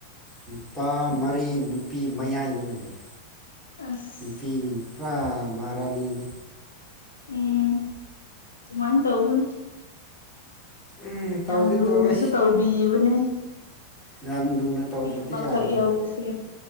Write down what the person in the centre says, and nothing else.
ꯅꯨꯄꯥ ꯃꯔꯤ ꯅꯨꯄꯤ ꯃꯌꯥꯏꯗ ꯂꯩꯅꯩ
ꯄꯤꯅꯤ ꯄꯔꯥ ꯃꯔꯥꯅꯤꯅꯦ
ꯎꯝ ꯇꯧꯗꯤ
ꯇꯧꯋꯦ
ꯌꯥꯝ ꯂꯨꯅ
ꯇꯧꯗ꯭ꯔꯗꯤ
ꯌꯥꯗ꯭ꯔꯦꯕ